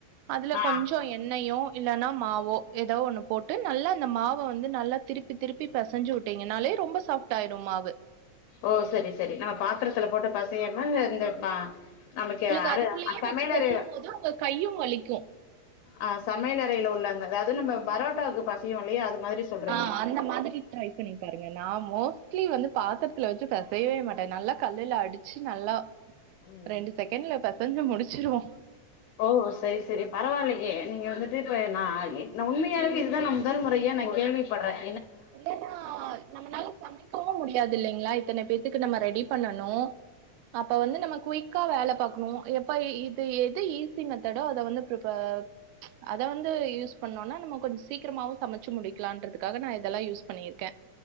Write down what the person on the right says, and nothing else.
அதுல
கொஞ்சோ எண்ணயு இல்லன்னா மாவோ ஏதோ ஒன்னு போட்டு நல்லா அந்த மாவ வந்து நல்லா திருப்பி திருப்பி பொசஞ்சு உட்டீங்கனாலே ரொம்ப சாஃப்ட் ஆயிரு மாவு
உங்களுக்கு
அதுக்குள்ளயே
வச்சு பெசையும் போது உங்க கையு வலிக்கு
ஆஹ் அந்த மாதிரி ட்ரை பண்ணி பாருங்க நான் மோஸ்ட்லி வந்து பாத்துறத்துல வெச் நா செய்யவே மாட்டேன் நல்லா கல்லுல்ல அடிச்சு நல்லா
ரெண்டு செகண்ட்லப் பெசஞ்சு முடிச்சிருவோம்
இல்லனா நம்மனால சமைக்கவும் முடியாது இல்லைங்களா இத்தனை பேத்துக்கும் நம்ம ரெடி பண்ணனு அப்ப வந்து நம்ம குயிக் கா வேல பாக்கணும் எப்பயி இக் எது ஈசி மெத் தட அத வந்து பிரிப்பேர் அத வந்து யூஸ் பண்ணோன்னா நம்ம கொஞ்சோ சீக்கிரமாவும் சமைச்சு முடிக்கலான்றத்துக்காக நான் இத்த இதெல்லாம் யூஸ் பண்ணியிருக்கேன்